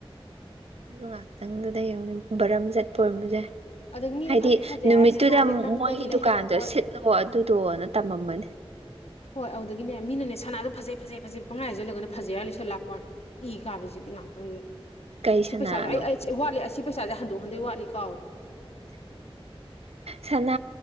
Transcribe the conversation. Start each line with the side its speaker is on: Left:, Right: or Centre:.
Right: ꯉꯥꯛꯇꯪꯗꯨꯗ ꯌꯦꯡꯉꯨꯅꯦ ꯕꯔꯝ ꯆꯠꯄ ꯑꯣꯏꯔꯝꯕꯁꯨ ꯌꯥꯏ
Left: ꯑꯗꯒꯤ ꯃꯤꯅ
Right: ꯍꯥꯏꯗꯤ
Left: ꯐꯖꯩ ꯐꯖꯩ
Right: ꯅꯨꯃꯤꯠꯇꯨꯗ
Left: ꯍꯥꯏꯔ ꯁꯅꯥꯁꯦ ꯅꯝꯗꯅ
Right: ꯃꯣꯏꯒꯤ
Left: ꯂꯩꯍꯜꯂꯦ
Right: ꯗꯨꯀꯥꯟꯗꯣ
Left: ꯑꯗꯨꯒ
Right: ꯁꯤꯠꯂꯣ ꯑꯗꯨꯗꯣꯅ ꯇꯝꯃꯝꯃꯅꯤ
Left: ꯍꯣꯏ ꯑꯗꯨꯗꯒꯤꯅꯦ ꯃꯤꯅꯅꯦ ꯁꯅꯥꯗꯣ ꯐꯖꯩ ꯐꯖꯩ ꯐꯖꯩ ꯄꯨꯡꯍꯥꯏ ꯍꯥꯏꯖꯜꯂꯒꯅꯦ ꯐꯖꯩ ꯍꯥꯏꯔ ꯂꯩꯁꯜꯂꯥꯛꯄꯋꯥꯟꯅꯦ ꯏ ꯀꯥꯕꯁꯤꯗꯤ ꯉꯥꯛꯇꯪꯗꯨꯗ
Right: ꯀꯩ
Left: ꯑꯁꯤ
Right: ꯁꯅꯥꯅꯣ
Left: ꯄꯩꯁꯥꯁꯦ ꯑꯩ ꯑꯩ ꯋꯥꯠꯂꯤ ꯑꯁꯤ ꯄꯩꯁꯥꯁꯦ ꯍꯟꯗꯣꯛ ꯍꯟꯗꯣꯏ ꯋꯥꯠꯂꯤ ꯀꯥꯎꯋꯦ <inaudible>
Right: ꯁꯅꯥ